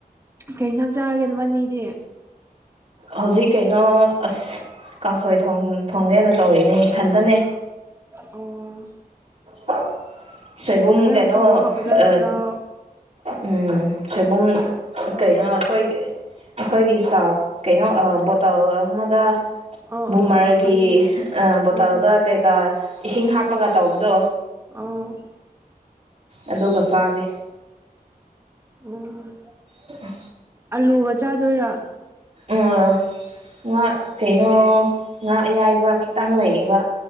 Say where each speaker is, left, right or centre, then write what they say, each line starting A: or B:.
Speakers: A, on the right; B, on the right.
A: ꯀꯩ ꯏꯟꯁꯥꯡ ꯆꯥꯔꯒꯦꯅꯕꯥꯅꯤꯗꯤ꯫
B: ꯍꯧꯖꯤꯛ ꯀꯩꯅꯣ ꯑꯁ ꯀꯥꯡꯁꯣꯏ ꯊꯣꯡꯒꯦꯅ ꯇꯧꯔꯤꯅꯦ ꯏꯊꯟꯇꯅꯦ꯫
A: ꯑꯣ꯫
B: ꯫ ꯁꯣꯏꯕꯨꯝ
A: ꯐꯖꯅ
B: ꯀꯩꯅꯣ
A: ꯊꯣꯡꯉ ꯐꯖꯅ
B: ꯑ
A: ꯆꯥꯎ
B: ꯎꯝ꯫ ꯁꯣꯏꯕꯨꯝ ꯀꯩꯅꯣ ꯑꯩꯈꯣꯏꯒꯤ ꯑꯩꯈꯣꯏꯒꯤ ꯏꯁꯇꯥ ꯀꯩꯅꯣ ꯕꯣꯇꯜ ꯑꯃꯗ꯫
A: ꯑꯣ
B: ꯕꯨꯃꯔꯒꯤ
A: ꯑꯣ ꯑꯣ ꯈꯪꯉꯦ
B: ꯕꯣꯇꯜꯗ
A: ꯎꯝ
B: ꯀꯩꯀꯥ ꯏꯁꯤꯡ ꯍꯥꯞꯄꯒ ꯇꯧꯕꯗꯣ꯫
A: ꯑꯣ
B: ꯑꯗꯨꯒ ꯆꯥꯒꯦ꯫
A: ꯎꯝ꯫
B: ꯫
A: ꯑꯂꯨꯒ ꯆꯥꯗꯣꯏꯔ꯫
B: ꯎꯝ꯫ ꯉꯥ ꯀꯩꯅꯣ꯫ ꯉꯥ ꯑꯌꯥꯏꯕ ꯈꯤ꯫ ꯇꯪ ꯂꯩꯌꯦꯕ꯫